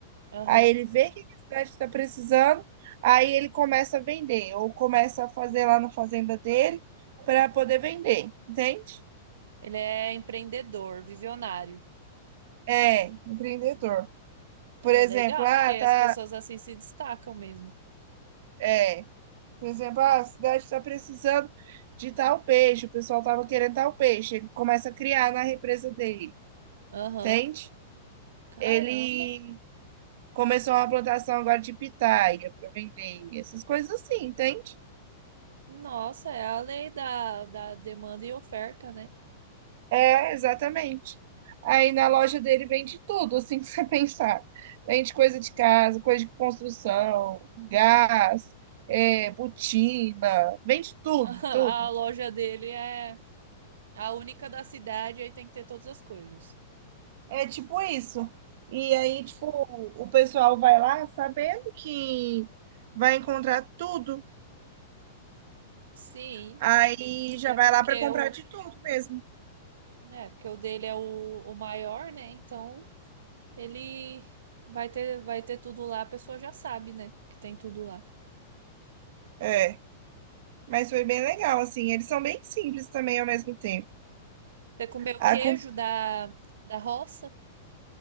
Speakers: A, on the right; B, on the right.
A: Aham.
B: aí ele vê o que, que a cidade está precisando, aí ele começa a vender, ou começa a fazer lá na fazenda dele para poder vender, entende?
A: Ele é empreendedor, visionário.
B: É, empreendedor. Por
A: Ah,
B: exemplo,
A: legal,
B: ah,
A: porque as
B: tá.
A: pessoas assim se destacam mesmo.
B: É. Por exemplo, ah, a cidade está precisando de tal peixe, o pessoal estava querendo tal peixe. Ele começa a criar na represa dele,
A: Aham.
B: entende?
A: Caramba.
B: Ele começou uma plantação agora de pitaia para vender, essas coisas assim, entende?
A: Nossa, é a lei da, da demanda e oferta, né?
B: É, exatamente. Aí na loja dele vende tudo, assim, <laughs> que você pensar. Vende coisa de casa, coisa de construção, gás, é, botina, vende tudo,
A: <laughs>
B: tudo.
A: A loja dele é a única da cidade, aí tem que ter todas as coisas.
B: É tipo isso. E aí, tipo, o pessoal vai lá sabendo que vai encontrar tudo.
A: Sim,
B: Aí
A: até
B: já vai
A: porque
B: lá para comprar
A: o,
B: de tudo mesmo.
A: né? porque o dele é o, o maior, né? Então ele vai ter, vai ter tudo lá, a pessoa já sabe, né? Que tem tudo lá.
B: É, mas foi bem legal, assim. Eles são bem simples também ao mesmo tempo.
A: Você comeu
B: A
A: queijo
B: com-
A: da, da roça?